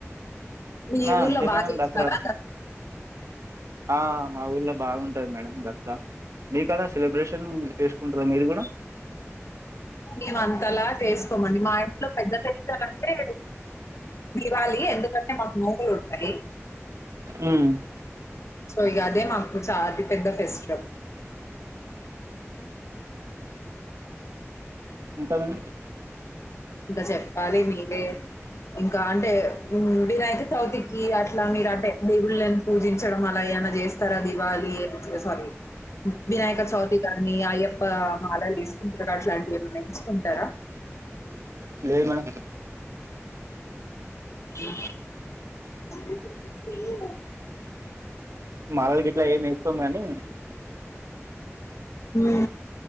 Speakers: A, on the left; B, on the right.
A: మీ
B: ఆ
A: ఊర్లో
B: అంతే
A: బా
B: మేడం
A: చేస్తారా
B: దసరా ఆ మా ఊర్లో బావుంటది మేడం దసర మీకా డ సెలబ్రేషను చేస్ కుంటార మీరు కూడా
A: మేము అంతలా చేసుకోమండి మా ఇంట్లో పెద్ద పండగంటే దీవాళి ఎందుకంటే మాకు నోములుంటాయి
B: మ్మ్
A: సో ఇగ అదే మాకు చ అతిపెద్ద ఫెస్టివల్
B: ఇంకా మేడం
A: ఇంక చెప్పాలి మీరే ఇంకా అంటే వీ వినాయక చవితికి అట్లా మీరు అంటే దేవుళ్ళని పూజించడం అలా అలా ఏమన్న చేస్తారా దివాళి అమ్మ చిన్న సారీ వినాయకచతిగాని నీ అయ్యప్ప మాలలు వేసుకుంటరా అట్లాంటివి ఏమన్న వేసుకుంటారా
B: లేదు మేడం
A: <inaudible>
B: మాలలు గిట్ల ఏం వేసుకోం గాని
A: నువ్వే